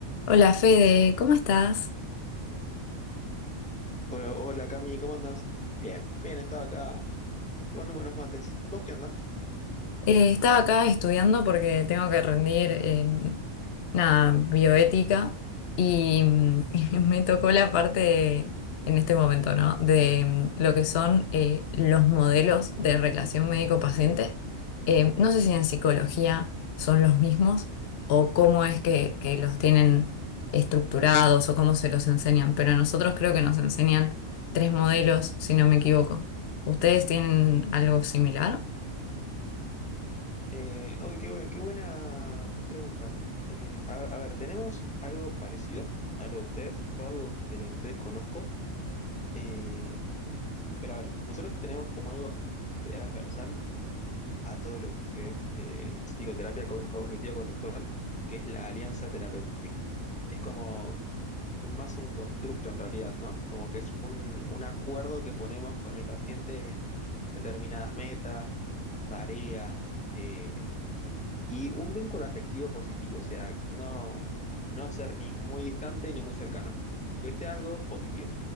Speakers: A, on the left; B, in the centre.
A: Hola Fede, ¿cómo estás?
B: Hola, hola, Cami, ¿cómo andas? Bien, bien, estaba acá tomando buenos mates. ¿Vos qué andás?
A: Eh, estaba acá estudiando porque tengo que rendir eh, nada bioética y mm, <laughs> me tocó la parte de- en este momento, ¿no? De mm, lo que son eh, los modelos de relación médico-paciente. Eh, no sé si en psicología son los mismos o cómo es que, que los tienen estructurados o cómo se los enseñan, pero a nosotros creo que nos enseñan tres modelos, si no me equivoco. ¿Ustedes tienen algo similar?
B: Eh, uy, qué, bu- qué buena pregunta. Eh, a, a ver, ¿tenemos algo parecido a lo de ustedes? Yo algo de lo de ustedes conozco. Eh, pero a ver, nosotros tenemos como algo transversal a todo lo que es eh, psicoterapia cogn- cognitivo-conductual, que es la alianza terapéutica. Es como un, más un constructo en realidad, ¿no? Como que es un, un acuerdo que ponemos con el paciente en determinadas metas, tareas, eh, y un vínculo afectivo positivo, o sea, no, no ser ni muy distante ni muy cercano, que sea algo positivo.